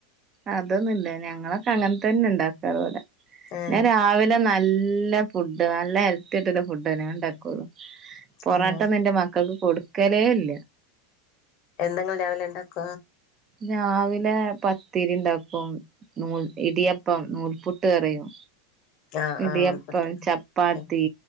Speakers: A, on the right; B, on the left.
A: അതൊന്നുംല്ല ഞങ്ങളൊക്കെ അങ്ങനെ തന്നെ ഇണ്ടാക്കാറ് ഇവിടെ
B: ആഹ്
A: ഞാൻ രാവിലെ നല് നല്ല ഫുഡ് നല്ല ഹെൽത്തി ആയിട്ടുള്ള ഫുഡേ ഞാൻ ഉണ്ടാക്കുള്ളു പൊറാട്ടൊന്നും
B: ആഹ്
A: ഇൻ്റെ മ മക്കൾക്ക് കൊടുക്കലേ ഇല്ല.
B: എന്താങ്ങള് രാവിലെ ഉണ്ടാക്ക
A: രാവിലെ പത്തിരി ഇണ്ടാക്കും നൂൽ ഇടിയപ്പം നൂൽപുട്ട് അറിയും
B: ആഹ്
A: ഇടിയപ്പം ചപ്പാത്തി
B: ആഹ്